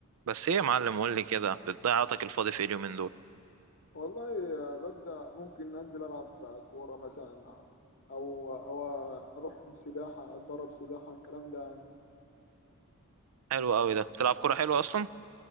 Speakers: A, on the right (about 70°); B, on the left (about 45°).
A: بس ايه يا معلم قول لي كده بتضيع وقتك الفاضي في إيه اليومين دول
B: والله ببدأ ممكن أنزل ألعب كورة مثلا أو أو أروح سباحة أتدرب سباحة الكلام ده يعني
A: حلو قوي ده بتلعب كوره حلوه اصلا